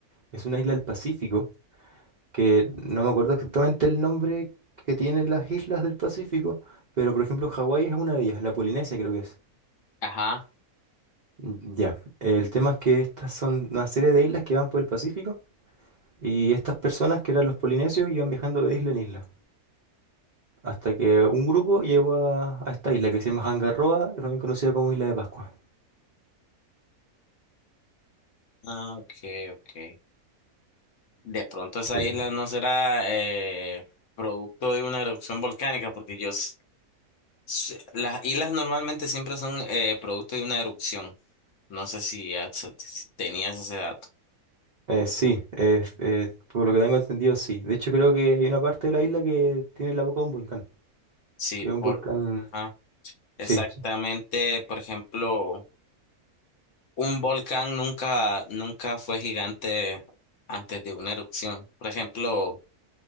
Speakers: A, on the right (about 65°); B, on the left (about 65°).
A: es una isla del Pacífico que no me acuerdo exactamente el nombre que tienen las islas del Pacífico, pero por ejemplo Hawái es una de ellas, la Polinesia creo que es.
B: Ajá.
A: Mm, Ya, el tema es que estas son una serie de islas que van por el Pacífico y estas personas que eran los polinesios iban viajando de isla en isla, hasta que un grupo llegó a, a esta isla que se llama Hangaroa, también conocida como Isla de Pascua.
B: Ah, ok, ok. De pronto esa
A: Eh,
B: isla no será eh, producto de una erupción volcánica, porque yo s- s- las islas normalmente siempre son eh, producto de una erupción. No sé si, ya se- si tenías ese dato.
A: eh, sí, eh, eh, por lo que tengo entendido, sí. De hecho creo que hay una parte de la isla que tiene la boca de un volcán,
B: Sí,
A: que
B: por
A: es un volcán,
B: ajá. Exactamente,
A: sí.
B: por ejemplo, un volcán nunca, nunca fue gigante antes de una erupción. Por ejemplo,